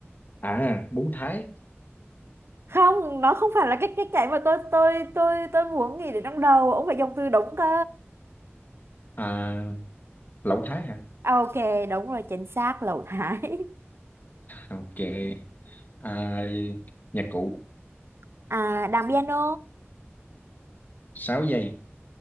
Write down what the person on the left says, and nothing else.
à bún Thái
à, lẩu Thái hả
ok à, nhạc cụ
sáu giây